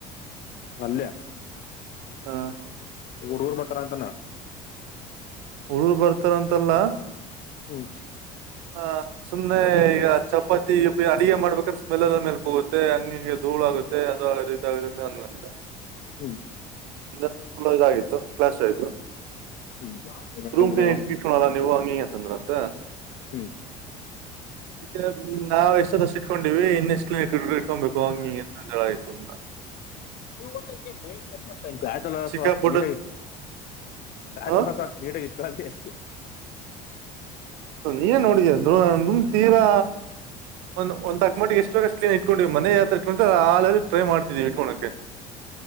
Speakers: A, on the left; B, on the right.
A: ಅಲ್ಲಯ
B: ಹಾ
A: ಈಗ ಹುಡ್ಗೂರ್ ಬತಾರ ಅಂತಾನ
B: ಉಳರು ಬರ್ತಾರಂತಲ್ಲ
A: ಹ್ಮ್
B: ಹ ಸುಮ್ನೆ ಈಗ ಚಪಾತಿ ಅಡಗೆ ಮಾಡ್ಬೇಕಾದ್ರೆ ಸ್ಮೆಲ್ ಎಲ್ಲ ಮೇಲ್ ಹ ಹೋಗುತ್ತೆ ಹಂಗ ಹಿಂಗೆ ಧೂಳು ಆಗುತ್ತೆ ಅದು ಆಗದ ಇದಾಗದಿಂದ ಅನ್ಲಂತೆ
A: ಹ್ಮ್
B: ಒ ುಲೋ ಇದಾಗಿತ್ತು ಕ್ಲಾಸ್ ಆಯ್ತು
A: ಹ್ಮ್ ಹೇಳು
B: ರೂಮ್
A: ಬಿಡು
B: ಫಿನಿ್ಲ್ಲ ನೀವು ಹಂಗಂತಂದ್ರ ಅಂತ
A: ಹ್ಮ್
B: ಈ ನಾವ ಎಷ್ಟು ಇಟ್ಕೊಂಡೀವಿ ಇನ್ನೆಷ್ಟು ಕಲಮ ಇಟ್ಕೊಬೇಕು ಹಂಗಿ ಜಳ ಆಯತು
A: ಈ ಊಟಕ್ಕೆ ಮೇ ಗಾಯತ್ಲು ಹಸ
B: ಸಿಕ್ಕಾಪಟ್ಟೆ
A: ಅಷ್ಟು ನೀಟಾಗಿತ್ತು ಗಾಯತ್ಲು
B: ಹ
A: ಹೊಸ ಅಷ್ಟು ನೀಟಾಗಿತ್ತು ಎಷ್ಟು
B: ನೀಏನ್ ನೋಡಿದಮ ತೀರಾ ಒಂದ್ ಒಂದಕ್ ಮಟ್ಟಿಗೆ ಎಷ್ಟ ್ನ್ ಇಟ್ಕೊಂಡ್ವಿ ಮನೆೆಯ ಯಾತ್ರಾ ಇಟ್ಕೊಂಡಂತ ಆ ಟ್ರೈ ಮಾಡ್ತಿದೀವಿ ವಕೋಳಕ್ಕೆ